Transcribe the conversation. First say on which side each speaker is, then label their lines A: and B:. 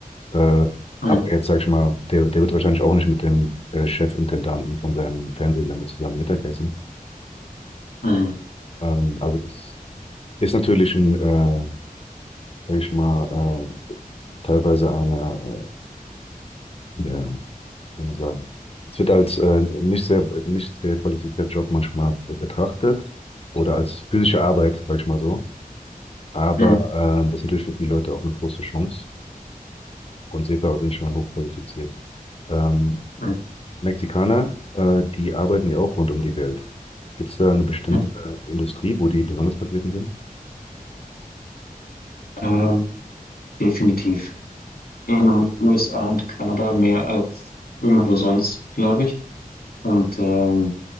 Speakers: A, on the left; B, on the left.
A: Äh,
B: Mhm,
A: aber jetzt sag ich mal, der, der wird wahrscheinlich auch nicht mit dem äh, Chefintendanten von seinem Fernsehsender zusammen Mittagessen.
B: mhm,
A: Ähm, also es ist natürlich ein, äh, sag ich mal, äh, teilweise eine, äh, ja, wie soll man sagen, es wird als äh, nicht sehr, nicht sehr qualifizierter Job manchmal betrachtet oder als physische Arbeit, sag ich mal so. Aber
B: mhm,
A: äh, das ist natürlich für viele Leute auch eine große Chance. Und Seefahrer sind schon mal hochqualifiziert. Ähm,
B: mhm.
A: Mexikaner, äh, die arbeiten ja auch rund um die Welt. Gibt es da eine bestimmte
B: mhm.
A: äh, Industrie, wo die besonders vertreten sind?
B: Ähm, definitiv. In den USA und Kanada mehr als irgendwo sonst, glaube ich. Und ähm,